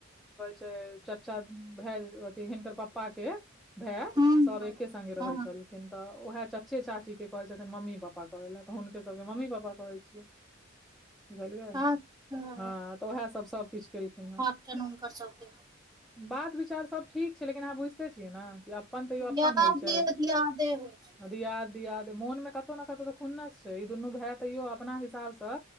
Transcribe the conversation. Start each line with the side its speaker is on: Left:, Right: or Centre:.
Centre: चाचा भए अथी हिनकर प्पपा के भाय
Right: हुँ
Centre: सभ एके संगे रहै
Right: हँ
Centre: छलखिन तऽ उएह च चच्चे चाची के कहे छथिन मम्मी पापा कहे ले तऽ हुनके सबके के ममी पापा कहे छी बुझलियै
Right: अच्छा
Centre: हँ तऽ उएह सब सबकिछ केलखिन हेँ
Right: जानूँ हुनकार सब दिन
Centre: बात विचार सब ठीक छै लेकिन अहाँ बुझिते छियै न कि अपन तैयो
Right: दियादे
Centre: अपन होइ छै
Right: दियादे होइ छै
Centre: दियाद दियाद मोन मे कतो न कतो तऽ खुन्नस छै ई दुनू भाय तैयो अपना हिसाबसँ